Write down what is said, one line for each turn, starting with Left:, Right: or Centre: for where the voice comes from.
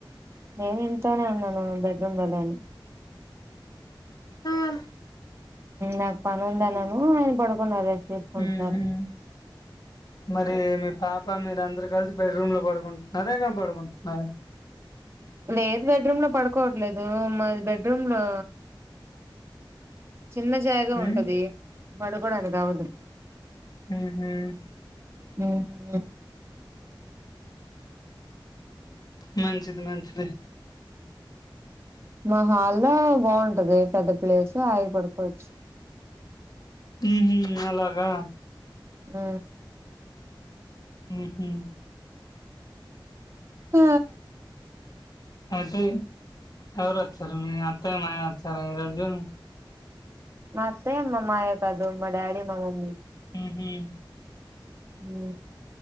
Right: నేను ఇంట్లోనే ఉన్నాను బెడ్రూమ్ లో లేను
Left: అ
Right: నాకు పని ఉందన్నాను ఆయన పడుకున్నారు తీసుకుంటున్నారు
Left: మ్ హ్మ్ మరి మీ పాప పా మీరు అందరు కలిసి బెడ్రూమ్ లో పడుకుంటున్నారా ఎక్కడ పడుకుంటున్నారు
Right: లేదు బెడ్రూమ్ లో పడుకోవట్లేదు మాది బెడ్రూమ్ లో చిన్న జాగ
Left: ఉమ్
Right: ఉంటది పడుకోడానికి అవ్వదు
Left: మ్ హ్మ్
Right: మ్
Left: మంచిది మంచిది
Right: మా హాల్ల్లో బాగుంటది పెద్ద ప్లేసు హాయిగ పడుకోవచ్చు
Left: మ్ హ్మ్ అలాగా
Right: మ్
Left: మ్ హ్మ్
Right: ఆ
Left: అయితే ఎవరు వచ్చారు మీ అత్తయ మాయా వచ్చార ఈ రోజు
Right: మా అత్తయ్య మా మాయా కాదు మా డాడి మా మమ్మీ
Left: మ్ హ్మ్
Right: మ్